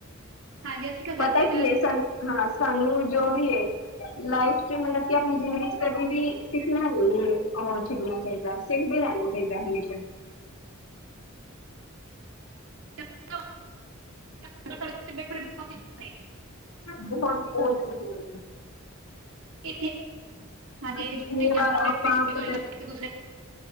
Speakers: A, on the right; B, on the left.
A: ਹਾਂਜੀ ਅਸੀਂ ਕਜ਼ਾਇਦਾ
B: ਪਤਾ ਕੀ ਏ ਸਾਨੂੰ ਹਾਂ ਸਾਨੂੰ ਜੋ ਵੀ ਏ ਲਾਈਫ 'ਚ ਮਲਬ ਕਿ ਆਪਣੀ ਜ਼ਿੰਦਗੀ 'ਚ ਕਦੀ ਵੀ ਸਿੱਖਣਾ ਵੀ ਔਰ ਛੱਡਣਾ ਚਾਈਦਾ ਸਿੱਖਦੇ ਰਹਿਣਾ ਚਾਈਦਾ ਹਮੇਸ਼ਾ
A: ਜਿੱਦਾਂ <unintelligible> ਨੇ
B: ਬਹੁਤ ਬਹੁਤ ਚੀਜ਼ਾਂ
A: ਇੱਥੇ, ਹਾਂਜੀ
B: ਅਸੀਂ
A: ਜੁੜੀਆਂ
B: ਕਿੰਨੀ ਵਾਰ ਆਪਾਂ ਪਤਾ
A: ਹੋਈਆਂ ਨੇ ਇੱਕ-ਦੂਸਰੇ <unintelligible>